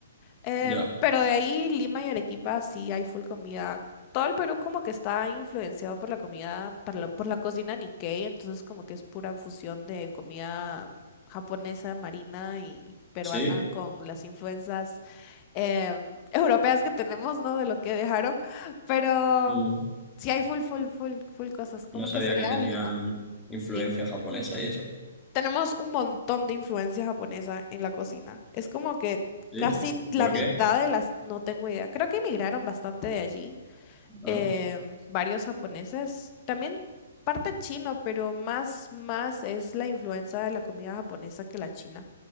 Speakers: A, on the left (about 25°); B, in the centre.
A: Em,
B: ya,
A: pero de ahí Lima y Arequipa sí hay full comida. Todo el Perú como que está influenciado por la comida, por la, por la cocina Nikkei, entonces como que es pura fusión de comida japonesa, marina y peruana
B: sí.
A: con las influencias em, <laughs> europeas que tenemos, ¿no? De lo que dejaron. Pero
B: Mm,
A: sí hay full, full, full, full cosas. Como
B: no sabía
A: que sería
B: que tenían
A: Lima.
B: influencia
A: Sí.
B: japonesa y eso.
A: Tenemos un montón de influencia japonesa en la cocina. Es como que
B: ¿Sí?
A: casi la
B: ¿Por
A: mitad
B: qué?
A: de las, no tengo idea. Creo que emigraron bastante de allí.
B: Ah,
A: em, varios japoneses. También parte chino, pero más, más es la influencia de la comida japonesa que la china.